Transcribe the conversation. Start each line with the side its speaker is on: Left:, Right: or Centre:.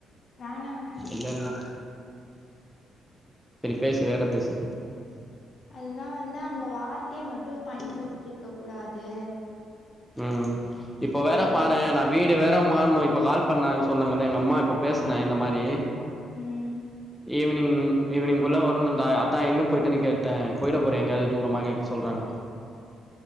Left: வேணா வேணான்
Centre: இல்லல்ல சேரி பேசு வேற பேசு
Left: அதுதா வந்து அந்த வார்த்தைய மட்டு பயன்படுத்தி இருக்க கூடாது
Centre: ம் இப்ப வேற
Left: அது
Centre: பாரே
Left: வந்து
Centre: நா வீடு வேற மாற்னு இப்ப கால் பண்ணாங்க சொன்னாங்கல்ல எங்க அம்மா இப்போ
Left: கார்
Centre: பேசுன இந்த மாரி
Left: ம்
Centre: ஈவ்னிங் ஈவ்னி்ங்குள்ள வருனு அந்தா ஆயா அதா எங்க போயிட்டேன்னு கேட்டே போயிட போற எங்கயாது தூரமா கேக்க சொல்றாங்க
Left: <inaudible>